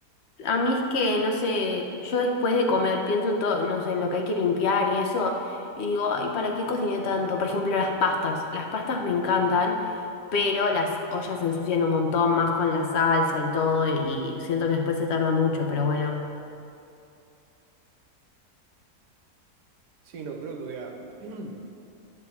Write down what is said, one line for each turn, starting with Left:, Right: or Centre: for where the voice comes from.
Left: A mí es que, no sé, yo después de comer pienso en todo, no sé, en lo que hay que limpiar y eso, y digo, ay, ¿para qué cociné tanto? Por ejemplo, las pastas. Las pastas me encantan, pero las ollas se ensucian un montón más con la salsa y todo, y siento que después se tarda mucho, pero bueno.
Right: Sí, no, creo que voy a... <clears throat>